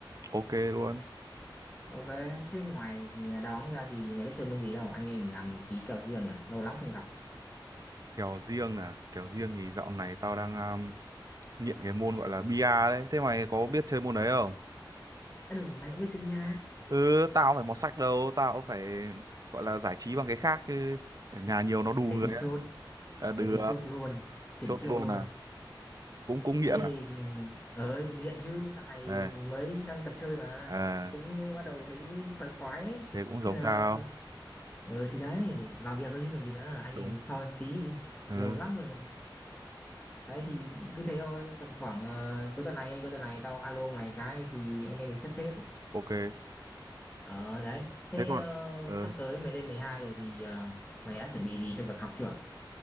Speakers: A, on the right; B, on the left.
A: ok luôn
B: ok thế ngoài ờ, đá bóng ra thì mày biết chơi môn gì đâu anh em mình làm ký kèo riêng nhỉ lâu lắm không gặp
A: kèo riêng à kèo riêng thì dạo này tao đang à, nghiện cái môn gọi là bia đấy thế mày có biết chơi môn đấy không
B: À đủ, mày cũng biết chơi bia.
A: ừ tao phải mọt sách đâu tao phải gọi là giải trí bằng cái khác chứ ở nhà nhiều nó đù người
B: thế thì
A: ấy
B: chốt
A: à, được
B: thế thì chốt luôn triển
A: chốt
B: chiêu
A: luôn
B: luôn
A: à cũng cũng nghiện
B: thế
A: à
B: ừm, ờ nghiện chứ dạo này
A: đây
B: mới đang tập chơi mà
A: à
B: cũng bắt đầu thấy khoái khoái ấy.
A: thế cũng giống
B: nên là
A: tao
B: ờ thì đấy vào việc có chứ còn gì nữa anh
A: đúng
B: em mình soi tí
A: ừ
B: lâu lắm rồi đấy thì cứ thế thôi tầm khoảng ờ, cuối tuần này cuối tuần này tao alo mày cái thì anh em mình sắp xếp
A: ok
B: ờ đấy thế
A: thế còn
B: ờ,
A: ừ,
B: sắp tới mày lên 12 rồi thì ờ, mày đã chuẩn bị gì cho việc học chưa